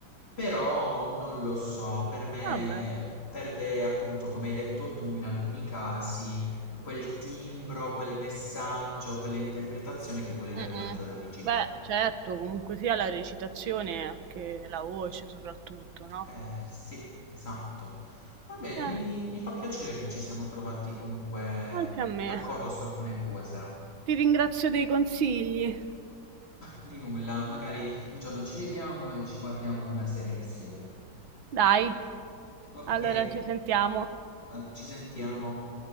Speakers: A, on the left; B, on the right.
A: però non lo so, per me
B: Vabbè.
A: perde appunto, come hai detto tu, in alcuni casi quel timbro, quel messaggio, quell'interpretazione che vuole
B: Mh-mh.
A: dare l'attore originale.
B: Beh, certo, comunque sia la recitazione e anche la voce soprattutto, no?
A: Eh sì, esatto. Vabbè,
B: Eh,
A: mi, mi fa piacere che ci siamo trovati comunque
B: anche a me.
A: d'accordo su alcune cose.
B: Ti ringrazio dei consigli.
A: Di nulla, magari un giorno ci vediamo e ci guardiamo una serie insieme.
B: Dai.
A: Ok,
B: Allora, ci sentiamo.
A: ah, ci sentiamo.